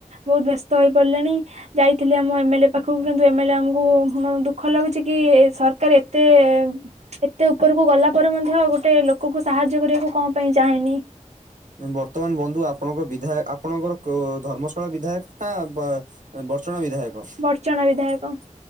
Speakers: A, on the right; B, on the right.
A: ବହୁତ୍ ବ୍ୟସ୍ତ ହେଇପଡିଲେଣି‌। ଯାଇଥିଲେ ଆମ ଏମ୍ ଏଲ୍ ଏ ପାଖୁକୁ, କିନ୍ତୁ ଏମ୍ ଏଲ୍ ଏ ଆମକୁ ଦୁଃଖ ଲାଗୁଚି କି ସରକାର୍ ଏତେ ଏତେ ଉପରକୁ ଗଲା ପରେ ମଧ୍ୟ ଗୋଟେ ଲୋକକୁ ସାହାଯ୍ୟ କରିବାକୁ କଣ ପାଇଁ ଚାହେଁନି?
B: ବର୍ତ୍ତମାନ୍ ବନ୍ଧୁ ଆପଣଙ୍କ ବିଧାୟ ଆପଣଙ୍କର ଧର୍ମଶାଳା ବିଧାୟକ ନା ବ ବର୍ଚଣା ବିଧାୟକ?
A: ବର୍ଚଣା ବିଧାୟକ।